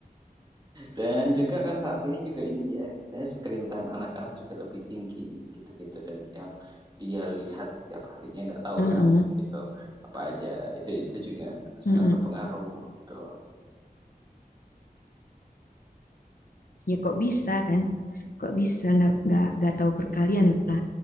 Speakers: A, on the right; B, on the left.
A: dan juga kan saat ini juga ini ya, istilahnya screen time anak-anak juga lebih tinggi gitu-gitu dan yang dia lihat setiap harinya nggak tahu
B: Mm-mm,
A: lah gitu, apa aja. Itu itu juga sangat
B: mm-mm.
A: berpengaruh gitu.
B: ya kok bisa kan kok bisa nggak nggak nggak tahu perkalian lah